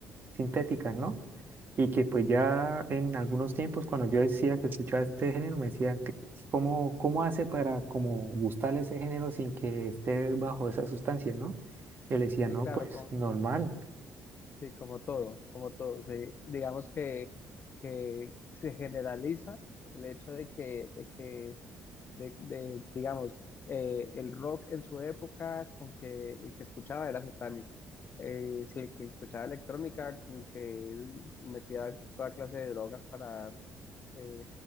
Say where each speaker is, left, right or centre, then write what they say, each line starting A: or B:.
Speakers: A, on the right; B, on the left.
A: sintéticas, ¿no? Y que pues ya en algunos tiempos cuando yo decía que escuchaba este género me decían, que, ¿cómo, cómo hace para como gustarle ese género sin que esté bajo esas sustancias, ¿no? Yo le decía,
B: Sí,
A: no,
B: claro,
A: pues
B: como,
A: normal.
B: sí, como todo, como todo. Sí, digamos que que se generaliza el hecho de que, de que de, de, digamos, eh, el rock en su época con que el que escuchaba era satánico. Eh, si el que escuchaba electrónica con que él metía toda clase de drogas para eh,